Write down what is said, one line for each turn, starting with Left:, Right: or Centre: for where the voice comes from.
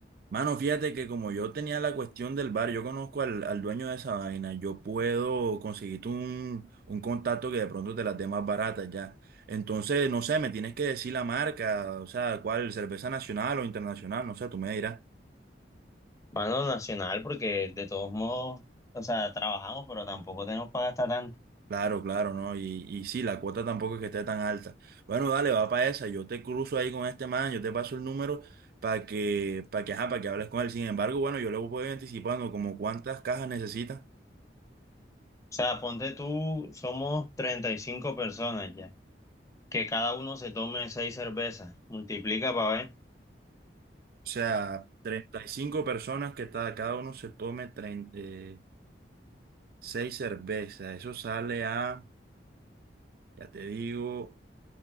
Right: Mano, fíjate que como yo tenía la cuestión del bar, yo conozco al, al dueño de esa vaina, yo puedo conseguirte un, un contacto que de pronto te las dé más baratas ya. Entonces, no sé, me tienes que decir la marca, o sea, cuál, cerveza nacional o internacional, no sé, tú me dirás.
Left: Mano nacional porque de todos modos, o sea, trabajamos pero tampoco tenemos para gastar tanto.
Right: Claro, claro, ¿no? Y, y sí, la cuota tampoco es que esté tan alta. Bueno, dale, va para esa, yo te cruzo ahí con este man, yo te paso el número para que, para que, ajá, para que hables con él. Sin embargo, bueno, yo le voy anticipando como cuántas cajas necesitas.
Left: O sea, ponte tú, somos 35 personas ya. Que cada uno se tome seis cervezas. Multiplica para ver.
Right: O sea, 35 personas que ta- cada uno se tome treinta y seis cervezas. Eso sale a, ya te digo,